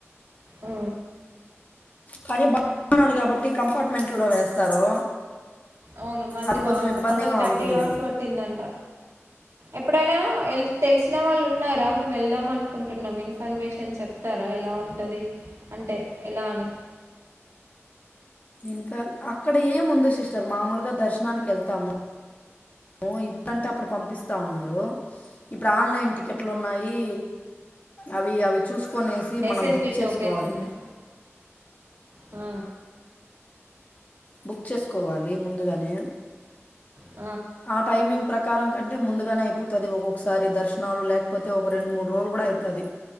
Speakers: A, on the right (about 75°); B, on the left (about 35°).
A: ఉ
B: కానీ బ ఉన్నాడు కాబట్టి కంపార్ట్మెంట్లో వేస్తారు
A: అవును మంది
B: అది కొంచెం
A: బాగుంటా
B: ఇబ్బందిగా
A: మొన్న థర్టీ
B: ఉంటుంది
A: అవర్స్ పట్టిందంట ఎప్పుడైనా ఎల్ తెలిసిన వాళ్ళు ఉన్నారా మేము వెళ్దాం అనుకుంటున్నాం ఇన్ఫర్మేషన్ చెప్తా తారా ఎలా ఉంటది అంటే ఎలా అని
B: ఇంకా అక్కడ ఏముంద సిస్టర్ మామూలుగా దర్శనానికి వెళ్తాము ఓ ఇప్పంతే అప్పుడు పంపిస్ స్త ఉన్నారు ఇప్పుడు ఆన్లైన్ టికెట్లు ఉన్నాయి అవి అవి చూస్ కునేసి
A: ఎస్ఎస్డి
B: మనం బుక్ చేసుకోవాలి
A: టోకెన్స్ ఉన్నాయి ఆ
B: బుక్ చేసుకోవాలి ముందుగానే
A: ఆ
B: ఆ టైమింగ్ ప్రక్ కారం కంటే ముందుగానే అయిపోతాది ఒక్కొక్కసారి దర్శనాలు లేకపోతే ఒక రెండు మూడు రోజులు కూడా ఐతాది